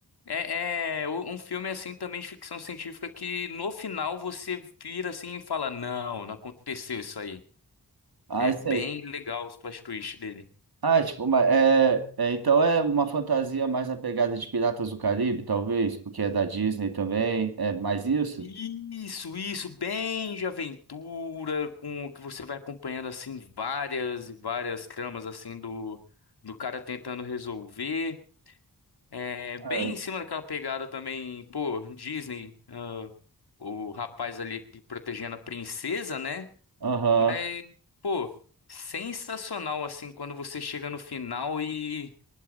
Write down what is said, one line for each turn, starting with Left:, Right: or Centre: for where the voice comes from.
Left: É, é um filme assim também de ficção científica que no final você vira assim e fala: Não, não aconteceu isso aí.
Right: Ah,
Left: É bem
Right: sei.
Left: legal os plot twists dele.
Right: Ah, é tipo, uma- é, é, então é uma fantasia mais na pegada de Piratas do Caribe, talvez, porque é da Disney também. É mais isso?
Left: Isso, isso, bem de aventura, com o que você vai acompanhando assim várias e várias tramas assim do, do cara tentando resolver. É,
Right: Ah,
Left: bem
Right: é.
Left: em cima daquela pegada também, pô, Disney, ah, o rapaz ali que protegendo a princesa, né?
Right: Aham.
Left: Mas, pô, sensacional assim quando você chega no final e,